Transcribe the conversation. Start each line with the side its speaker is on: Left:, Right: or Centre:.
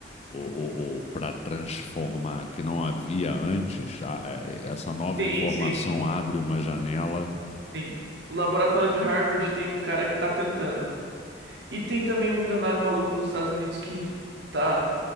Left: ou, ou, ou para transformar que não havia antes? Ah, é- é- Essa nova
Right: Sim,
Left: informação
Right: sim,
Left: abre uma janela
Right: sim. No laboratório de Harvard tem um cara que tá tentando. E tem também um milionário maluco nos Estados Unidos que tá